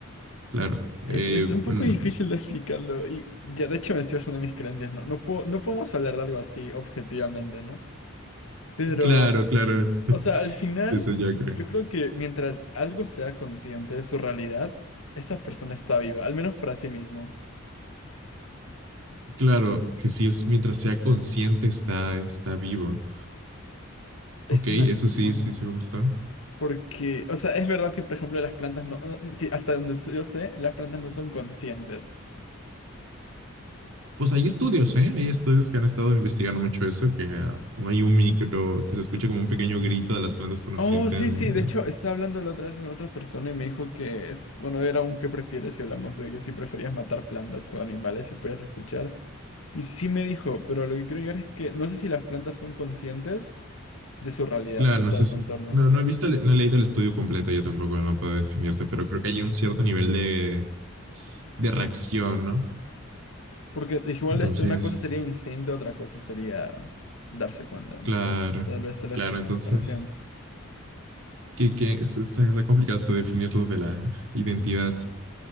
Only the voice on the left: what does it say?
Es,
es un poco
difícil de explicarlo y ya de hecho eso es una de mis creencias, ¿no? No puedo, no podemos hablar de algo así objetivamente, ¿no? Pero,
o sea, al final
yo creo que mientras algo sea consciente de su realidad, esa persona está viva, al menos para sí mismo.
Es
una forma,
porque, o sea, es verdad que, por ejemplo, las plantas no, no- que hasta donde yo sé, las plantas no son conscientes.
Oh, sí, sí,
de hecho estaba hablando la otra vez con otra persona y me dijo que, es, bueno, era un qué prefieres y hablamos de que si preferías matar plantas o animales y podías escuchar. Y sí me dijo, pero lo que quiero llegar es que no sé si las plantas son conscientes de su realidad,
o
sea,
de su
entorno.
Porque igual
este, una cosa sería instinto, otra cosa sería darse cuenta, ¿no?
Tal vez era
esa separación.